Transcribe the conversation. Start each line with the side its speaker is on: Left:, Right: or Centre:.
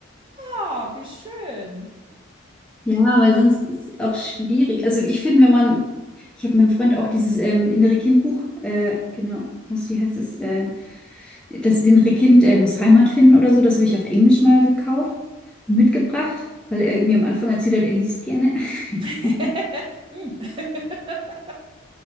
Right: ah, wie schön.
Centre: ja, weil sonst ist es auch schwierig. Also ich finde, wenn man, ich habe meinem Freund auch dieses ähm, innere Kindbuch, äh, genau, was, wie heißt es, äh, das innere Kind äh, muss Heimat finden oder so, das habe ich auf Englisch mal
Right: Mhm.
Centre: gekauft, mitgebracht, weil er irgendwie am Anfang erzählt hat, er liest gerne. <laughs>
Right: <laughs> Mm. <laughs>